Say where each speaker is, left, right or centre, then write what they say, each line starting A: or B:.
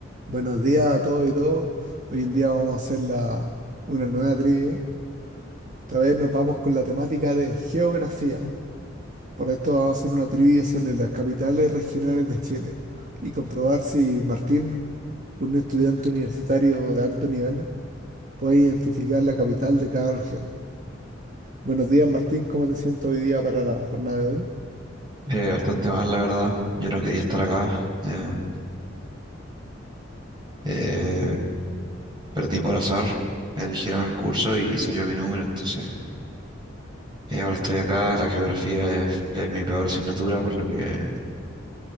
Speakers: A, on the right (about 40°); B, on the right (about 25°).
A: Buenos días a todos y todos. Hoy en día vamos a hacer la- una nueva trivia. Esta vez nos vamos con la temática de geografía. Por esto vamos a hacer una trivia sobre las capitales regionales de Chile y comprobar si Martín, un estudiante universitario de alto nivel, puede identificar la capital de cada región. Buenos días, Martín. ¿Cómo te sientes hoy día para la jornada de hoy?
B: Eh, bastante mal, la verdad. Yo no quería estar acá. eh, eh, perdí por azar. Eligieron el curso y salió mi número, entonces eh, ahora estoy acá. La geografía es, es mi peor asignatura, por lo que